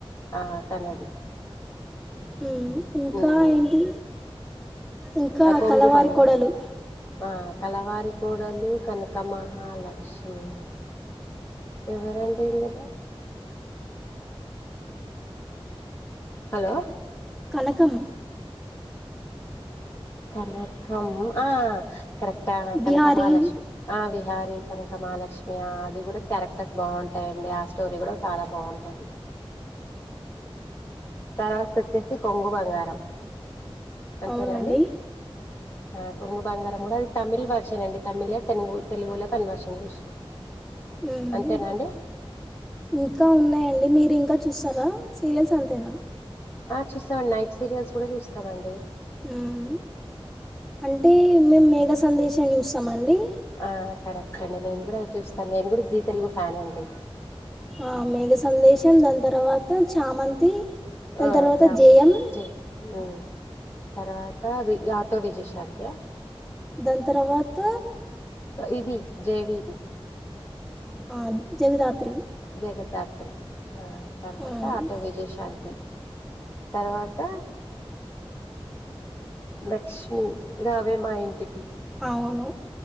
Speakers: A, on the left (about 25°); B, in the centre.
A: ఆ తనది
B: మ్మ్ ఇంకా
A: హ్మ్.
B: ఏంటిది ఇంకా
A: ఆ! 'కొంగు
B: కలవారి
A: బంగ'
B: కోడలు
A: ఆ కలవారి కోడలు కనక మహాలక్ష్మి మ్మ్ ఎవరండి హిమజ హలో
B: కనకం
A: కన్నక్ ఆ కరెక్టా కనక
B: బిహారీ
A: మహాలక్ష్మి ఆ విహార్ శ్రీ కనక మహాలక్ష్మి అది కూడా క్యారెక్టర్స్ బాగుంటాయండి ఆ స్టోరీ కూడా చాలా బాగుంటాది తర్వాత వచ్చేసి కొంగు బంగారం అంతేనా
B: అవునండి
A: అండి అ ఆ కొంగు బంగారం గుడా అది తమిళ్ వర్షన్ అండి తమిళే తెలుగు తెలుగులో కన్వర్షన్ చేశిరు.
B: మ్మ్.
A: అంతేనా అండి
B: ఇంకా ఉన్నాయండి మీరు ఇంకా చూస్సారా సీరియల్స్ అంతేనా
A: ఆ చూస్సా నైట్ సీరియల్స్ గూడా చూస్తామండి
B: మ్మ్. అంటే మేం మేఘ సందేశం చూస్సామండి
A: ఆ కరెక్ట్ అండి నేన్ గుడా చూస్తా, నేను గూడా జీ తెలుగు ఫ్యాన్ అండి.
B: ఆ మేఘ సందేశం దాన్ తర్వాత చామంతి దాని
A: ఆ
B: తర్వాత
A: చాం
B: జయం
A: చే ఓ తర్వాత వి ఆటో విజైశాంతియా
B: దాన్ తర్వాత
A: ఇది జేడిది
B: ఆ, జగదాత్రి
A: జై గధాత్రి తర్వాత
B: ఆ.
A: ఆటో విజయశాంతి తర్వాత లక్ష్మి రావే మా ఇంటికి
B: అవును